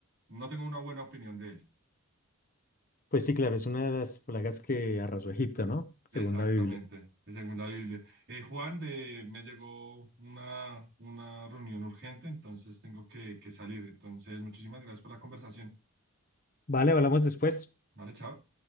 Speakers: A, on the right; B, on the left.
A: no tengo una buena opinión de él.
B: Pues sí, claro, es una de las plagas que arrasó Egipto, ¿no? Según
A: Exactamente,
B: la Biblia.
A: según la Biblia. Eh, Juan, de, me llegó una, una reunión urgente, entonces tengo que, que salir. Entonces, muchísimas gracias por la conversación.
B: Vale, hablamos después.
A: Vale, chao.